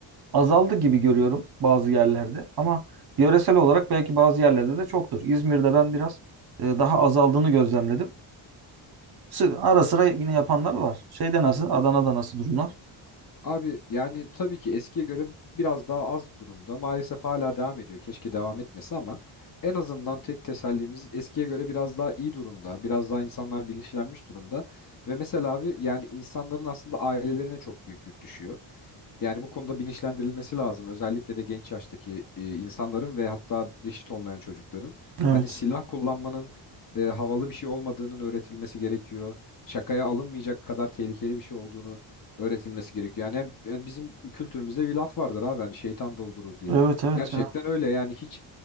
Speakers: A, on the right (about 50°); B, on the left (about 45°).
A: azaldı gibi görüyorum bazı yerlerde ama yöresel olarak belki bazı yerlerde de çoktur. İzmir'de ben biraz e, daha azaldığını gözlemledim. Sı- Ara sıra yine yapanlar var. Şeyde nasıl? Adana'da nasıl durumlar?
B: Abi yani tabii ki eskiye göre biraz daha az durumda. Maalesef hala devam ediyor. Keşke devam etmese ama en azından tek tesellimiz eskiye göre biraz daha iyi durumda. Biraz daha insanlar bilinçlenmiş durumda. Ve mesela abi yani insanların aslında ailelerine çok büyük yük düşüyor. Yani bu konuda bilinçlendirilmesi lazım. Özellikle de genç yaştaki e, insanların ve hatta reşit olmayan çocukların.
A: Evet.
B: Hani silah kullanmanın e, havalı bir şey olmadığının öğretilmesi gerekiyor. Şakaya alınmayacak kadar tehlikeli bir şey olduğunu öğretilmesi gerekiyor. Yani hem- yani bizim kültürümüzde bir laf vardır abi hani şeytan doldurur diye.
A: Evet evet
B: Gerçekten
A: ya.
B: öyle yani hiç